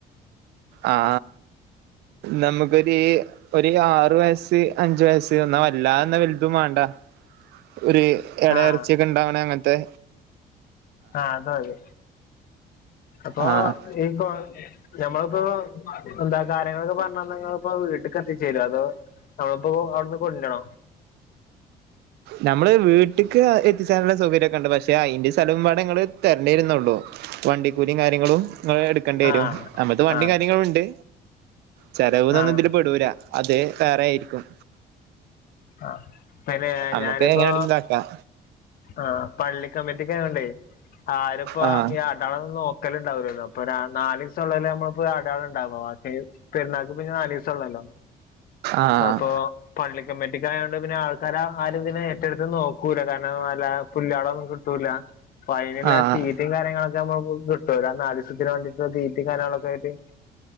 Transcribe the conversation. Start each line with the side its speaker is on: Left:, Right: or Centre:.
Right: ആ നമുക്കൊരി ഒരി ആറു വയസ് അഞ്ചു വയസ്സ് എന്നാ വല്ലാതെന്നാ വലുതും വാണ്ട ഒരി എടേ
Left: ആഹ്
Right: എറച്ചിയൊക്കെ ഒണ്ടാവണെ മറ്റേ
Left: ആഹ് അത് മതി അപ്പൊ
Right: ആഹ്
Left: ഈ കൊ നമ്മളിപ്പോ എന്താ കാര്യങ്ങളൊക്കെ പറഞ്ഞ് തന്നാ നിങ്ങളിപ്പോ വീട്ടിക്ക് എത്തിച്ചേരോ അതോ.? നമ്മളിപ്പോ അവിടുന്ന് കൊഞ്ചണോ?
Right: നമ്മള് വീട്ടിക്ക് എത്തിച്ചേരാനുള്ള സൗകര്യം ഒക്കെ ഒണ്ട് പക്ഷെ അയിന്റെ സ്ഥലവും വ നിങ്ങള് തെരണ്ടിയിരുന്നുള്ളൂ വണ്ടി. കൂലി കാര്യങ്ങളും എടുക്കേണ്ടി വരും
Left: ആഹ്
Right: നമ്മളത്തെ വണ്ടിയും
Left: ആഹ്
Right: കാര്യങ്ങളും ഉണ്ട്. ചെലവ് തന്ന്
Left: ആഹ്
Right: ഇതില് പെടൂരാ അതെ വേറെ ആയിരിക്കും
Left: ആഹ് അന്നെ
Right: നമ്മക്ക്
Left: ഞാനിപ്പോ
Right: എങ്ങനെയാണെങ്കിലും ഇതാക്കാം
Left: ആഹ് പള്ളി കമ്മിറ്റിക്ക് പോവണ്ടേ ആരപ്പയാർ
Right: ആഹ്
Left: നാളെ വന്ന് നോക്കല് ഉണ്ടാവല്ലോ അപ്പൊ നാല് ദിസം ഉള്ളേല് നമ്മള് ഇപ്പെ ഒരു അടയാളം ഉണ്ടാവെ പെരുന്നാൾക്ക് പിന്നെ നാല് ദിവസെ ഉള്ളല്ലോ
Right: ആഹ്
Left: അപ്പൊ പള്ളി കമ്മിറ്റികാരോട് പിന്നെ ആൾക്കാരാ ആര് ഇതിനെ ഏറ്റെടുത്ത് നോക്കൂല കാരണം നല്ല പുല്ലാളോന്നും കിട്ടൂല്ല ഫൈനൽ
Right: ആഹ്
Left: ആയിട്ട് തീറ്റയും കാര്യങ്ങളൊക്കെ നമുക്ക് കിട്ടും ലിസത്തിന് വേണ്ടിട്ട് തീറ്റയും കാര്യങ്ങളൊക്കെ ആയിട്ട്